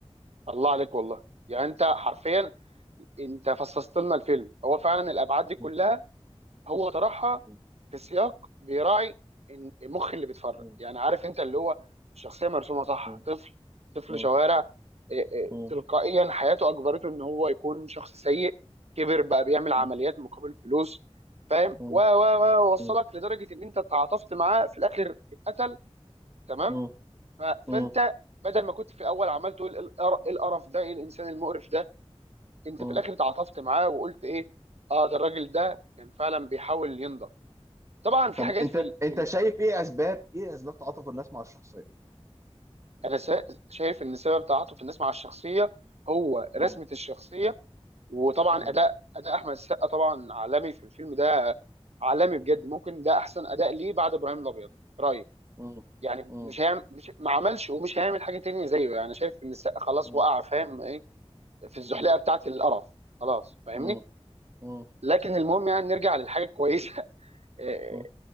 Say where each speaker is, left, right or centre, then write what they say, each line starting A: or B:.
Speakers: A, on the right; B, on the right.
A: الله عليك والله يعني انت حرفيا انت فصصت لنا الفيلم هو فعلا الابعاد دي
B: مم.
A: كلها هو طرحها
B: مم.
A: في سياق بيراعي إن- المخ اللي بيتفرج
B: مم.
A: يعني عارف انت اللي هو الشخصيه مرسومه صح
B: مم.
A: طفل طفل
B: مم.
A: شوارع إيه إيه،
B: مم.
A: تلقائيا حياته اجبرته ان هو يكون شخص سيء كبر بقى بيعمل عمليات
B: مم.
A: مقابل فلوس فاهم
B: مم.
A: و و و وصلك
B: مم.
A: لدرجه ان انت تعاطفت معاه في الاخر اتقتل تمام
B: مم.
A: ف... فانت
B: مم.
A: بدل ما كنت في الاول عمال تقول إيه القر- إيه القرف ده ايه الانسان المقرف ده انت
B: مم.
A: في الاخر اتعاطفت معاه وقلت ايه اه ده الراجل ده كان فعلا بيحاول ينضف طبعا في
B: طب
A: حاجات
B: انت
A: في ال... في
B: انت
A: ال...
B: شايف ايه اسباب ايه اسباب تعاطف الناس مع الشخصيه
A: انا سا- شايف ان سبب تعاطف الناس مع الشخصيه هو
B: مم.
A: رسمه الشخصيه وطبعا
B: مم.
A: اداء اداء احمد السقا طبعا عالمي في الفيلم ده عالمي بجد ممكن ده احسن اداء ليه بعد ابراهيم الابيض رايي
B: مم.
A: يعني
B: مم.
A: مش هيعمل مش ما عملش ومش هيعمل حاجه تانية زيه يعني شايف ان السقا خلاص
B: مم.
A: وقع فاهم ايه في الزحليقه
B: مم.
A: بتاعه القرف خلاص فاهمني
B: مم. مم.
A: لكن المهم يعني نرجع للحاجه الكويسه <laughs> آه،
B: مم.